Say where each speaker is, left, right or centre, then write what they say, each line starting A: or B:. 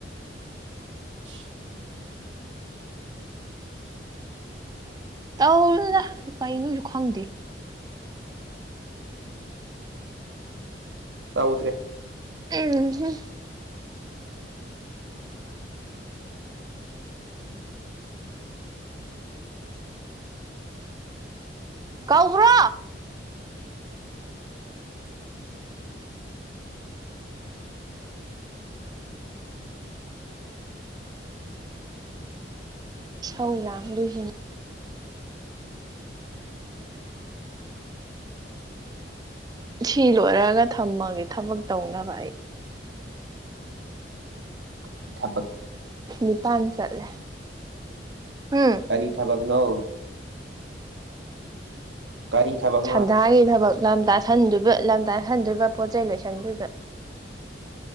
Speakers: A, on the right; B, on the right.
A: ꯏꯁ
B: ꯇꯧꯅꯨꯗ ꯀꯩꯅꯣꯁꯨ ꯈꯪꯗꯦ
A: ꯇꯧꯗ꯭ꯔꯦ
B: ꯎꯝ ꯍꯨ ꯀꯧꯕ꯭ꯔꯣ ꯏꯁꯧꯂꯡ ꯂꯥꯡꯗꯣꯏꯁꯤꯅꯤ ꯊꯤ ꯂꯣꯏꯔꯒ ꯊꯝꯃꯒꯦ ꯊꯥꯕꯛ ꯇꯧꯅꯕ ꯑꯩ
A: ꯀꯤ ꯊꯕꯛ
B: ꯅꯤꯄꯥꯟ ꯆꯠꯂꯦ ꯍꯨ
A: ꯀꯔꯤ ꯊꯕꯛꯅꯣ ꯀꯔꯤ ꯊꯕꯛ
B: ꯁꯟꯗꯥꯒꯤ ꯊꯕꯛ ꯂꯝ ꯇꯥꯁꯟꯗꯣꯏꯕ ꯂꯝ ꯇꯥꯁꯟꯗꯣꯏꯕ ꯄꯣꯠꯆꯩ ꯂꯣꯏꯁꯟꯗꯣꯏꯕ